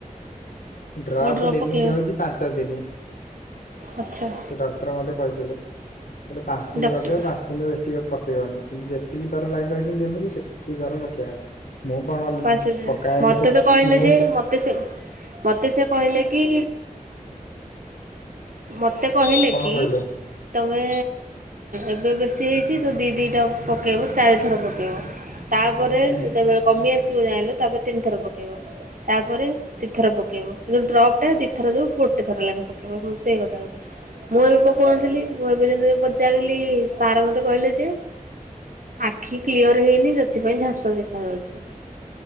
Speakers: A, on the left; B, on the right.
A: ଡ୍ରପ୍
B: ଆଉ ଡ୍ରପ
A: ଲିମିଟ
B: ପକେଇବେ
A: ହଉଛି ପାଞ୍ଚ ଦିନ।
B: ଆଚ୍ଛା।
A: ସେ ଡକ୍ଟର ମତେ କହିଥିଲେ ହେଲେ ପାଞ୍ଚ ଦିନ
B: ଡକ୍ଟର
A: ବଗ ପା ଦିନୁ ବେଶୀ ପକେଇବନି କିନ୍ତୁ ଯେତିକି ଥର ଲାଗି କହିଛନ୍ତି ଦିନୁ କି ସେତିକି ଥର ପକେଇବା ମୁଁ କଣ
B: ପାଞ୍ଚ ଦିନ
A: ପକାଏନି
B: ମତେ
A: ସେ
B: ତ କହିଲେ
A: ମୁଁ
B: ଯେ
A: ସେ
B: ମତେ ସେ ମତେ ସେ କହିଲେ କି ମତେ କହିଲେ
A: କଣ
B: କି
A: କହିଲେ
B: ତମେ ଏବେ ବେଶୀ ହେଇଛି ତ ଦିଇ ଦିଇଟା ପକାଇବ ଚାରିଥର ପକେଇବ। ତାପରେ
A: ହୁଁ
B: ଯେତେବେଳେ କମି ଆସିବ ଜାଇଁଲୁ ତାପରେ ତିନି ଥର ପକେଇବ। ତାପରେ ଦିଇଥର ପକେଇବ ଯୋଉ ଡ୍ରପ୍ ଟା ଦିଥର ଯୋଉ ଗୋଟେ ଥର ଲାଗେ ପ ରୋସେଇ କଥାବଥା ମୁଁ ଏବେ ପକଉନଥିଲି ମୁଁ ଏବେ ଯଦି ପଚାରିଲି ସାର୍ ମତେ କହିଲେ ଯେ ଆଖି କ୍ଲିୟର ହେଇନି ସେଥିପାଇଁ ଝାପସା ଦେଖା ଯାଉଛି।